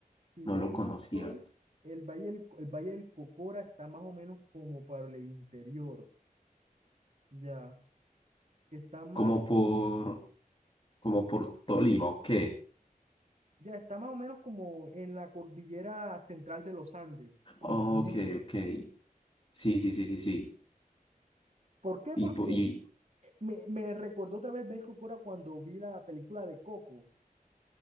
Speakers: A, on the right (about 50°); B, on the left (about 35°).
A: Si
B: No
A: mal
B: lo conocía.
A: no estoy, el Valle del, el Valle del Cocora está más o menos como para el interior, ya, que está más
B: Como por
A: o menos
B: como por Tolima, ok.
A: Ya está más o menos como en la cordillera central de los Andes, por
B: Oh,
A: Quindío.
B: Ok, ok. Sí, sí, sí, sí, sí.
A: ¿Por qué?
B: Y,
A: Porque
B: po- y
A: me, me recordó otra vez ver Cora cuando vi la película de Coco,